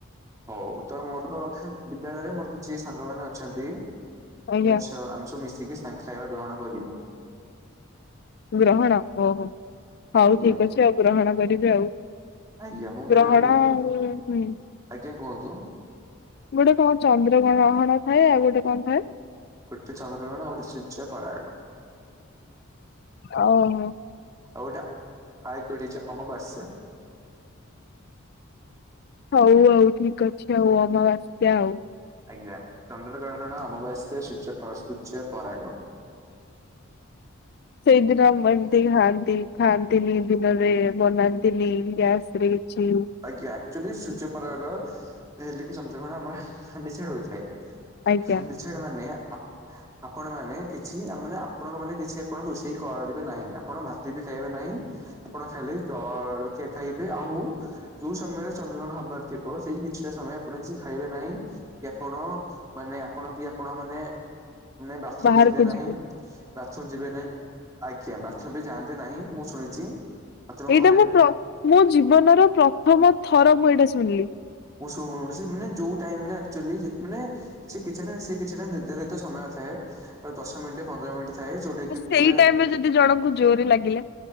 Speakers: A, on the right; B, on the left.
A: ହଉ ତ ମୋର ବିଦ୍ୟାଳୟରେ ମୋର କିଛି ସାଙ୍ଗ ମାନେ ଅଛନ୍ତି।
B: ଆଜ୍ଞା
A: ମୁଁ ସେ ଆମ ସବୁ ମିଶ ଟିକେ ସାଙ୍ଗ ଖାଇବା ଗ୍ରହଣ କରିବୁ।
B: ଗ୍ରହଣ ଓହୋ। ହଉ
A: ଆଜ୍ଞା
B: ଠିକ ଅଛି ଆଉ ଗ୍ରହଣ କରିବି ଆଉ
A: ଆଜ୍ଞା ମୁଁ କାଲି
B: ଗ୍ରହଣ
A: ଭାବୁ
B: ହଁ ହୁଁ
A: ଆଜ୍ଞା କୁହନ୍ତୁ
B: ଗୋଟେ କଣ ଚନ୍ଦ୍ରଗଣ। ଆଉ ଥାଏ ଗୋଟେ କଣ ଥାଏ?
A: ଗୋଟେ ଚନ୍ଦ୍ରଗ୍ରହଣ ଆଉ ଗୋଟେ ସୂର୍ଯ୍ୟପରାଗ।
B: ଓହୋ
A: ଆଉ ଗୋଟେ ଆଈ କୁଢିଚା। ଅମାବାସ୍ୟା।
B: ହଉ ଆଉ ଠିକ ଅ ଛି ଆଉ ଅମାବାସ୍ୟା ଆଉ।
A: ଆଜ୍ଞା ଚନ୍ଦ୍ରଗ୍ରହଣ ଅମବାସ୍ୟା ସୂର୍ଯ୍ୟପ ସୁର୍ଯ୍ୟପରାଗ।
B: ସେଇଦିନ ଏମ୍ ଏମିତି ଖାଆନ୍ତି ଖାଆନ୍ତିନି ଦିନରେ ବନାନ୍ତିନି ଗ୍ୟାସ ରେ। କିଛି
A: ଆଜ୍ଞା ଆକ୍ଚୁଆଲି ସୂର୍ଯ୍ୟପରାଗ। ହେଲେ କି ଚନ୍ଦ୍ରଗ୍ରହଣ ଆମର ନିଶେଡ ହୋଇଥାଏ।
B: ଆଜ୍ଞା
A: ହାଣ୍ଡିଛାଡ ମାନେ? ଆ ଆପଣ ମାନେ କିଛି ମାନେ ଆପଣଙ୍କ ମାନେ କିଛି ଏପନ୍ତ ରୋଷେଇ କରିବେ ନାହିଁ ଆପଣ ଭାତ ବି ଖାଇବେ ନାହିଁ ଆପଣ ଖାଲି ଜଳଖିଆ ଖାଇବେ ଆଉ। ଯୋଉ ସମୟରେ ଚନ୍ଦ୍ରଗ୍ରହଣ ହବାର ଥିବ ସେଇ କିଛିଟା ସମୟ ଆପଣ କିଛି ଖାଇବେ ନାହିଁ କି ଆପଣ ମାନେ ଆପଣ କି ଆପଣ ମାନେ ବାଥରୁମ
B: ବାହାରକୁ
A: ଯିବେ ନାହିଁ
B: ଯିବୁ
A: ବାଥରୁମ ଯିବେ ନାହିଁ ଆଜ୍ଞା ବା ବି ଯାଆନ୍ତି ନାହିଁ ମୁଁ ଶୁଣିଛି। ଆଉ ତମ
B: ଏଇଟା
A: ଘରେ
B: ମୁଁ
A: ବି
B: ପ୍ର ମୋ ଜୀବନର। ପ୍ରଥମ ଥର ମୁଁ ଏଇଟା। ଶୁଣିଲି।
A: ମୁଁ ଶୁଣିଛି ମାନେ ଯୋଉ ଟାଇମରେ ଆକ୍ଚୁଲି ମାନେ ସେ କିଛିଟା ସେ କିଛିଟା ନିର୍ଧାରିତ ସମୟ ଥାଏ। ଦଶ ମିନିଟ ପନ୍ଦର ମିନିଟ ଥାଏ ଯୋଉଟା କି
B: ସେଇ
A: ପୁରା
B: ଟାଇମରେ ଯଦି ଜଣଙ୍କୁ ଜୋରରେ ଲାଗିଲା